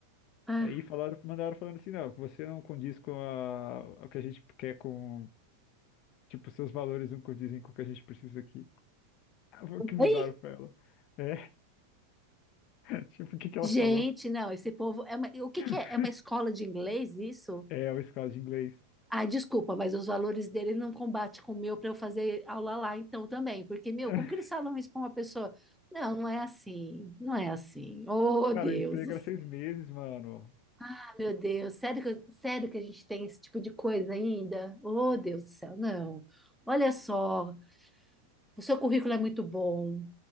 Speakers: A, in the centre; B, on the left.
A: ah,
B: Aí falaram, mandaram falando assim, não, que você não condiz com a, o que a gente quer com, tipo, seus valores não condizem com o que a gente precisa aqui. <laughs> Ah, Foi o que mandaram
A: oi?
B: pra ela. É, <laughs> tipo, o que que ela
A: Gente,
B: falou?
A: não, esse povo é uma, o que
B: <laughs>
A: que é? É uma escola de inglês isso?
B: É, uma escola de inglês.
A: Ai, desculpa, mas os valores dele não combatem com o meu para eu fazer aula lá então também. Porque, meu,
B: <laughs>
A: como que eles falam isso para uma pessoa? Não, não é assim, não é assim. Oh,
B: Cara,
A: Deus
B: o emprego
A: do céu.
B: era seis meses, mano.
A: Ah, meu Deus, sério que, eu- sério que a gente tem esse tipo de coisa ainda? Oh, Deus do céu, não. Olha só, o seu currículo é muito bom,